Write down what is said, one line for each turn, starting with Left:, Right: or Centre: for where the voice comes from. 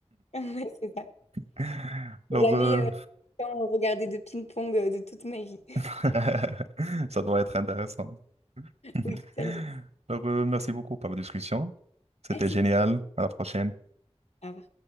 Left: Ouais, c'est ça.
Right: <laughs> Donc,
Left: J'ai Jamais
Right: euh,
Left: euh, autant regardé de ping-pong euh, de toute ma vie. <laughs>
Right: <laughs> ça doit être intéressant. <laughs>
Left: Oui, ça l'est.
Right: Donc, euh, merci beaucoup pour la discussion. C'était
Left: Merci.
Right: génial. À la prochaine.
Left: Au revoir.